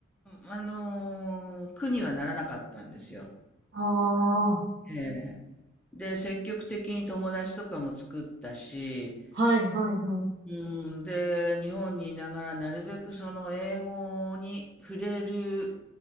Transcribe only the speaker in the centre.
ーん、あの苦にはならなかったんですよ。
ええで、積極的に友達とかも作ったし、
うん、で、日本にいながらなるべくその英語に触れる